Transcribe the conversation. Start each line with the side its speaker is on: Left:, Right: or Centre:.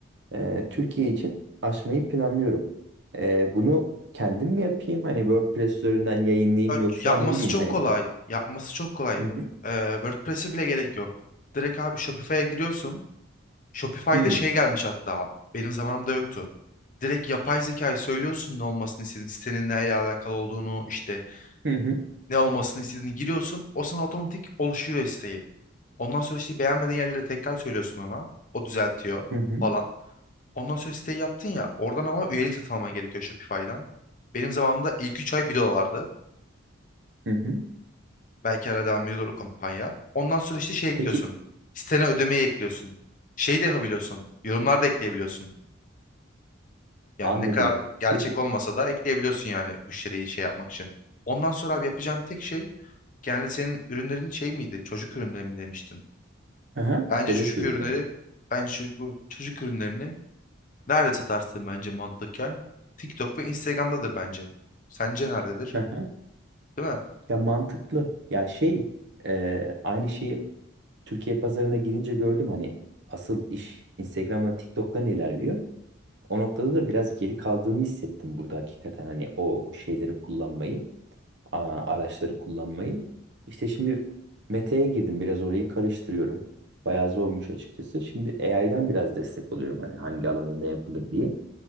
Right: e, Türkiye için açmayı planlıyorum. E, bunu kendim mi yapayım? Hani WordPress üzerinden yayınlayayım
Left: Ya,
Right: yoksa
Left: Yapması
Right: ne bileyim
Left: çok
Right: hani.
Left: kolay. Yapması çok kolay.
Right: Hı hı.
Left: Ee, WordPress'e bile gerek yok. Direkt abi Shopify'a giriyorsun. Shopify'da
Right: Hı
Left: şey gelmiş hatta. Benim zamanımda yoktu. Direkt yapay zekayı söylüyorsun ne olmasını istediğin, sitenin neyle alakalı olduğunu, işte
Right: hı hı
Left: ne olmasını istediğini giriyorsun. O sana otomatik oluşuyor siteyi. Ondan sonra işte beğenmediğin yerleri tekrar söylüyorsun ona. O düzeltiyor
Right: hı hı.
Left: falan. Ondan sonra siteyi yaptın ya. Oradan ama üyelik satın alman gerekiyor Shopify'dan. Benim zamanımda ilk 3 ay bir dolardı.
Right: hı hı.
Left: Belki hala devam ediyor o kampanya. Ondan sonra işte şey ekliyorsun.
Right: Peki
Left: Sitene ödemeyi ekliyorsun. Şey de yapabiliyorsun. Yorumlar da ekleyebiliyorsun. Yani
Right: anladım.
Left: ne kadar gerçek
Right: Peki.
Left: olmasa da ekleyebiliyorsun yani müşteriyi şey yapmak için. Ondan sonra abi yapacağın tek şey genelde senin ürünlerin şey miydi? Çocuk ürünleri mi demiştin?
Right: Aha,
Left: Bence
Right: bebek
Left: çocuk
Right: ürünleri.
Left: ürünleri bence çocuk, çocuk ürünlerini nerede satarsın bence mantıken? TikTok ve Instagram'dadır bence. Sence nerededir?
Right: Aha.
Left: Değil mi?
Right: Ya mantıklı. Ya şey e, aynı şeyi Türkiye pazarına girince gördüm hani asıl iş Instagram ve TikTok'tan ilerliyor. O noktada da biraz geri kaldığımı hissettim burada hakikaten hani o şeyleri kullanmayı. a- araçları kullanmayı. İşte şimdi Mete'ye girdim. Biraz orayı karıştırıyorum. Bayağı zormuş açıkçası. Şimdi AI'den biraz destek alıyorum. Hani hangi alanda ne yapılır diye.